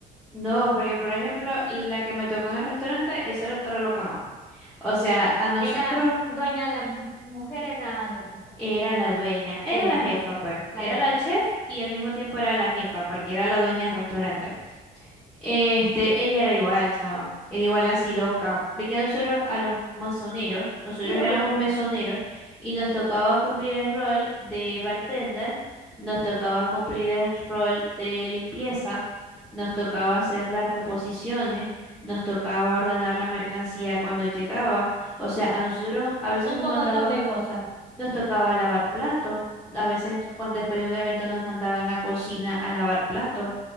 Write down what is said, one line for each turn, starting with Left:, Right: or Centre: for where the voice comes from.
Centre: No, porque por ejemplo, la que me tocó en el restaurante, esa era otra loca más. O sea, a nosotros
Left: Era dueña, la mu- mujer era dueña,
Centre: era
Left: el
Centre: la
Left: dueño,
Centre: dueña,
Left: sí,
Centre: era la
Left: ajá,
Centre: jefa, pues.
Left: la
Centre: Era
Left: jefa.
Centre: la chef y al mismo tiempo era la jefa, porque era la dueña del restaurante. Este, ella era igual, chava. Era igual así loca. Ve que a nosotros, a los mesoneros, nosotros
Left: <laughs>
Centre: éramos
Left: Loca.
Centre: mesoneros y nos tocaba cumplir el rol de bartender, nos tocaba cumplir el rol de limpieza, nos tocaba hacer las reposiciones, nos tocaba ordenar la mercancía cuando llegaba. O sea, a nosotros a veces
Left: Un
Centre: nos
Left: pocotón
Centre: mandaban,
Left: de cosas.
Centre: nos tocaba lavar platos, a veces cuando después de un evento nos mandaban a cocina a lavar platos.